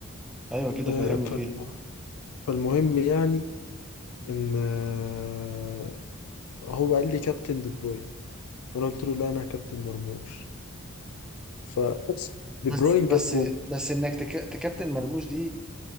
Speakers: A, in the centre; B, on the left.
A: ايوه كده
B: ب-
A: فهمني فيه
B: فالم- فالمهم يعني ان آه، هو قال لي كابتن دي بروين وانا قلت له لا انا كابتن مرموش فبس دي
A: بس
B: بروين
A: بس
B: جاب جول
A: بس انك تك... تكابتن مرموش دي